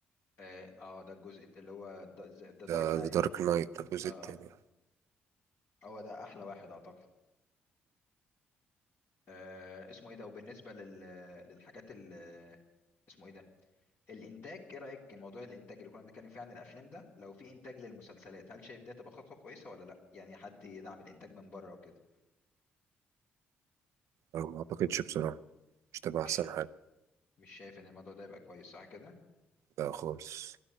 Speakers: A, on the left (about 50°); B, on the right (about 65°).
A: اه آه، ده الجزء اللي هو ذا دارك
B: ذا
A: نايت
B: دارك نايت الجزء
A: اه
B: التاني
A: آه. هو ده احلى واحد اعتقد آه اسمه ايه ده وبالنسبة لل للحاجات ال اسمه ايه ده الانتاج ايه رأيك موضوع الانتاج اللي كنا بنتكلم فيه عن الافلام ده لو في انتاج للمسلسلات هل شايف ده تبقى خطوة كويسة ولا لا يعني حد يدعم الانتاج من بره وكده
B: أنا ما أعتقدش بصراحة مش تبقى
A: مش
B: أحسن حاجة
A: مش شايف ان الموضوع ده يبقى كويس صح كده
B: ده خالص